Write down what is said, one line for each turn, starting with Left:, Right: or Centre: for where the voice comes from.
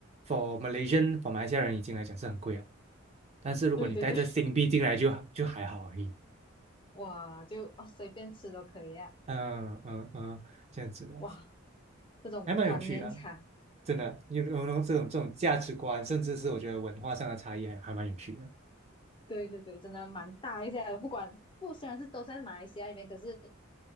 Right: ，for Malaysian for 马来西亚人已经来讲是很贵了，但是如果你带着新币进来就就还好而已，
Left: 对对对，<laughs> 哇，就哦随便吃都可以啊，
Right: 嗯嗯嗯，这样子咯，
Left: 哇，这种观念差。
Right: 还蛮有趣的。真的，有有有这种这种价值观，甚至是我觉得文化上的差异还还蛮有趣的，
Left: 对对对，真的蛮大一些。的。不管不虽然是都在马来西亚里面，可是